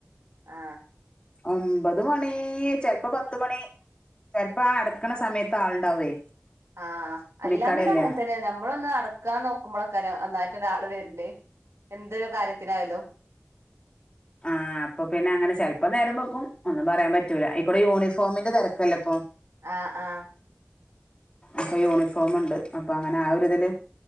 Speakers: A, on the right; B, on the left.
A: ആഹ്‌.
B: ഒമ്പത് മണി ചെലപ്പോ പത്ത മണി ചെലപ്പോ അടക്കണ സമയത്ത് ആളുണ്ടാവേ
A: ആ
B: തുണിക്കടയല്ലേ
A: അല്ലെങ്കില് അങ്ങനെ തന്നെ നമ്മള് ഒന്ന് അട ക്ക നോക്കുമ്പോള് ഒക്കെ അങ്ങന നന്നായിട്ട് ഒരാള് വേരില് എന്തൊരു കാര്യത്തിനായാലോ
B: ആഹ്‌. അപ്പൊ പിന്നെ അങ്ങനെ ചെലപ്പോ നേരം വെക്കും ഒന്നും പറയാൻ പറ്റൂലാ ഈ കൂടീ യൂണിഫോമിന്റെ തെരക്കല്ല ഇപ്പൊ
A: ആഹ് ആഹ്
B: അപ്പൊ യൂണിഫോമ്ണ്ട് അപ്പൊ അങ്ങനെ ആ ഒരു ഇതില്